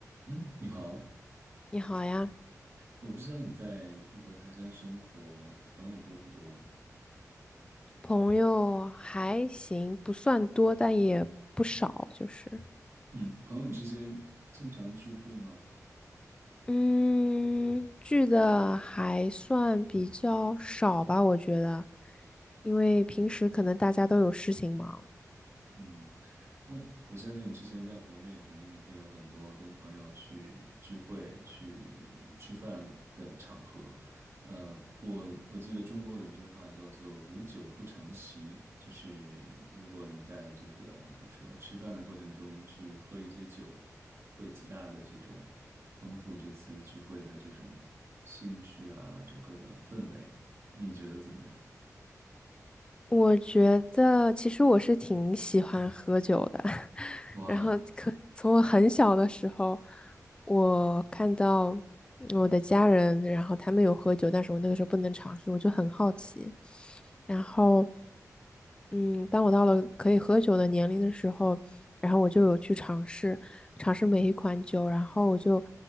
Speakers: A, on the right; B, on the left.
A: 嗯，你好，
B: 你好呀，
A: 我不知道你在异国他乡生活，朋友多不多？
B: 朋友还行，不算多，但也不少，就是，
A: 嗯，朋友之间经常聚会吗
B: 嗯，聚的还算比较少吧，我觉得，因为平时可能大家都有事情忙。
A: 对，嗯。嗯，我相信之前在国内，肯定你会有很多跟朋友去聚会、去吃饭的场合。呃，我我记得中国有一句话叫做“无酒不成席”，就是如果你在这个比如说吃饭的过程中去喝一些酒，会极大的这种丰富这次聚会的这种兴趣啊，整个的氛围，你觉得怎么样？
B: 我觉得其实我是挺喜欢喝酒的。
A: 哇，
B: 然后可从我很小的时候，
A: 嗯。
B: 我看到我的家人，然后他们有喝酒，但是我那个时候不能尝试，我就很好奇。然后，嗯，当我到了可以喝酒的年龄的时候，然后我就有去尝试尝试每一款酒，然后我就